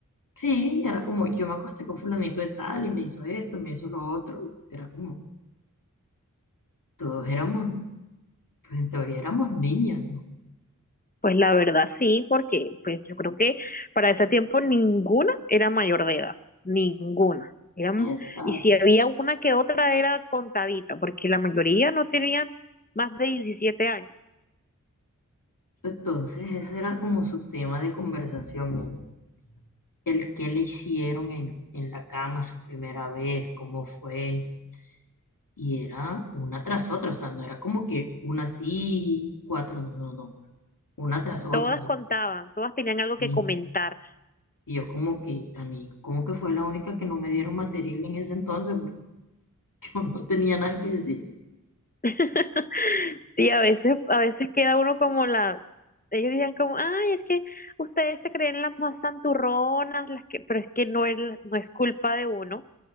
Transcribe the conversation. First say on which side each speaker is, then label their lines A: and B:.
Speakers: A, on the left; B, on the left.
A: sí, era como yo me acosté con fulanito de tal y me hizo esto y me hizo lo otro. Era como, todos éramos, pues en teoría éramos niñas, ¿no?
B: Pues la verdad sí, porque pues yo creo que para ese tiempo ninguna era mayor de edad, ninguna. Eran,
A: Exacto.
B: y si había una que otra era contadita, porque la mayoría no tenían más de 17 años.
A: Entonces ese era como su tema de conversación, el, el qué le hicieron en, en la cama su primera vez, cómo fue Y era una tras otra, o sea, no era como que una sí, cuatro, no, no, no, una tras otra.
B: Todas contaban, todas tenían
A: Sí.
B: algo que comentar.
A: Y yo como que, a mí, como que fue la única que no me dieron material en ese entonces, porque <laughs> yo no tenía nada que decir.
B: <laughs> Sí, a veces, a veces queda uno como la, ellos decían como, ay, es que ustedes se creen las más santurronas, las que, pero es que no es, la- no es culpa de uno,